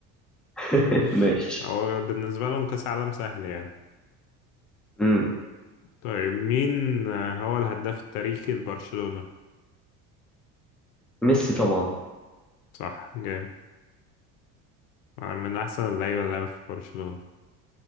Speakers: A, in the centre; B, on the left.
A: <laughs>
B: ماشي
A: ماشي
B: هو بالنسبة لهم كأس عالم سهل يعني
A: امم
B: طيب مين آه، هو الهداف التاريخي لبرشلونة؟
A: ميسي طبعا
B: صح جامد من أحسن اللعيبة اللي لعبت في برشلونة